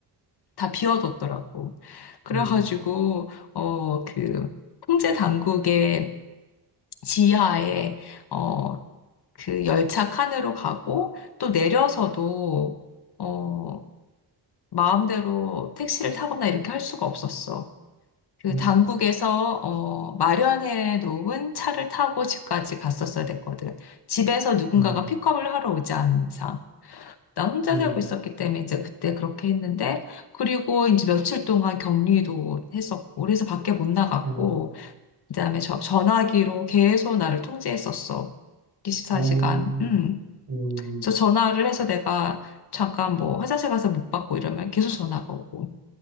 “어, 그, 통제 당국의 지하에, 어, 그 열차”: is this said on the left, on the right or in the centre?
Left